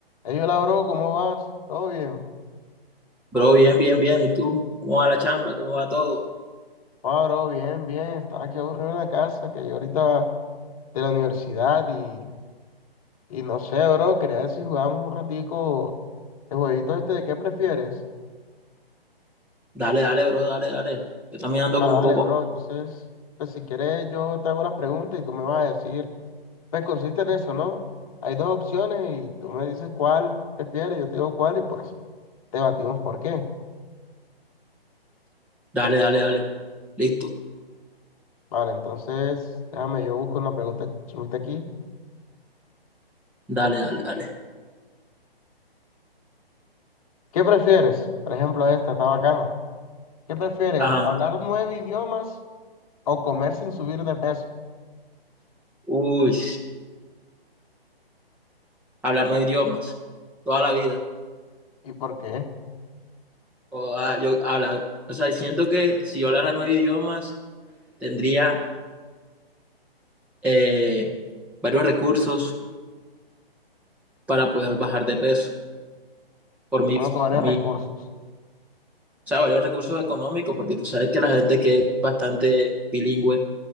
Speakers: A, on the left; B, in the centre.
A: Ey, hola, bro, ¿cómo vas? ¿Todo bien?
B: Bro, bien, bien, bien. ¿Y tú? ¿Cómo va la chamba? ¿Cómo va todo?
A: Ah, bro, bien, bien. Estaba aquí aburrido en la casa, que yo ahorita de la universidad y, y no sé, bro, quería ver si jugamos un ratico el jueguito este de qué prefieres.
B: Dale, dale, bro, dale, dale. Yo también ando
A: Ah,
B: como un poco.
A: dale, bro, entonces, pues si quieres yo te hago las preguntas y tú me vas a decir, pues consiste en eso, ¿no? Hay dos opciones y tú me dices cuál prefieres, yo te digo cuál y pues debatimos por qué.
B: Dale, dale, dale. Listo.
A: Vale, entonces, déjame, yo busco una pregunta chulita aquí.
B: Dale, dale, dale.
A: ¿Qué prefieres? Por ejemplo, esta está bacana. ¿Qué prefieres?
B: Ajá.
A: ¿Hablar nueve idiomas o comer sin subir de peso?
B: Uy, hablar nueve idiomas. Toda la vida.
A: ¿Y por qué?
B: O, ah, yo habla, o sea, siento que si yo hablara nueve idiomas, tendría eh, varios recursos para poder bajar de peso. Por mi,
A: ¿Cómo cobrar
B: mi,
A: recursos?
B: o sea, varios recursos económicos, porque tú sabes que la gente que es bastante bilingüe